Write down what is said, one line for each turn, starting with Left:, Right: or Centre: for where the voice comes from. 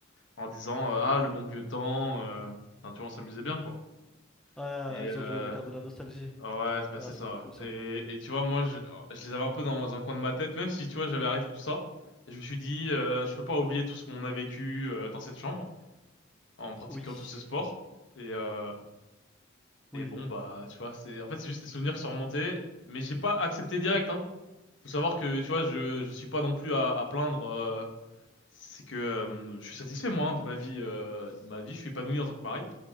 Left: en disant, euh, ah, le bon vieux temps, euh... enfin, tu vois, on s'amusait bien, quoi.
Centre: Ah,
Left: Et,
Centre: elles
Left: euh...
Centre: ont joué à la carte de la nostalgie.
Left: ouais, bah,
Centre: Ah,
Left: c'est
Centre: c'est
Left: ça,
Centre: pas cool, ça.
Left: ouais. Et, et tu vois, moi, je... oh, je les avais un peu dans un coin de ma tête, même si, tu vois, j'avais arrêté tout ça. Je me suis dit, euh, je peux pas oublier tout ce qu'on a vécu euh, dans cette chambre en pratiquant
Centre: Oui,
Left: tout ce sport. Et, euh... et
Centre: oui.
Left: bon, bah, tu vois, c'est, en fait, c'est juste des souvenirs qui sont remontés, mais j'ai pas accepté direct, hein. Faut savoir que, tu vois, je, je suis pas non plus à, à plaindre. euh, c'est que euh, je suis satisfait, moi, hein, de ma vie. euh, de ma vie, je suis épanoui en tant que mari.